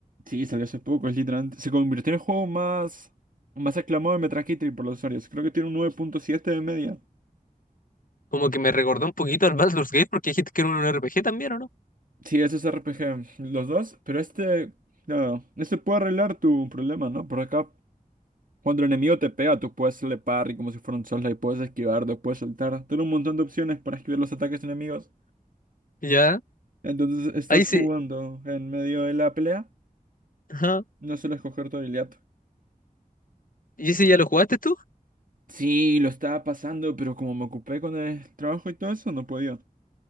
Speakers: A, on the right; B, on the left.
A: Sí, salió hace poco, es literalmente. Se convirtió en el juego más, más aclamado de Metacritic por los usuarios. Creo que tiene un nueve punto siete de media.
B: Como que me recordó un poquito al Baldur's Gate porque dijiste que era un RPG también, ¿o no?
A: Sí, ese es RPG, los dos, pero este. Claro, este puede arreglar tu problema, ¿no? Por acá. Cuando el enemigo te pega, tú puedes hacerle parry como si fuera un Soulslike, puedes esquivar, después saltar. Tienes un montón de opciones para esquivar los ataques enemigos.
B: Ya,
A: Entonces estás
B: ahí sí.
A: jugando en medio de la pelea,
B: Ajá.
A: no suelo escoger tu habilidad.
B: ¿Y ese ya lo jugaste tú?
A: Sí, lo estaba pasando, pero como me ocupé con el trabajo y todo eso, no podía.